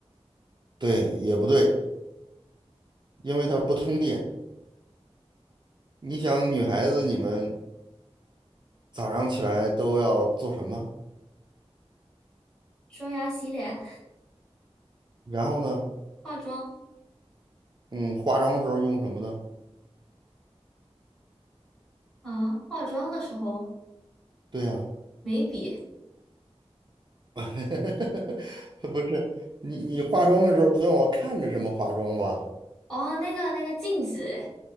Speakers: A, on the right; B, in the centre.
A: 对，也不对，因为它不通电。你想，女孩子你们早上起来都要做什么？
B: 刷牙、洗脸、
A: 然后呢，
B: 化妆
A: 嗯，化妆的时候用什么呢？
B: 啊，化妆的时候。
A: 对呀、
B: 眉笔，
A: <laughs> 不是你你化妆的时候总要看着什么化妆吧？
B: 哦，那个那个镜子，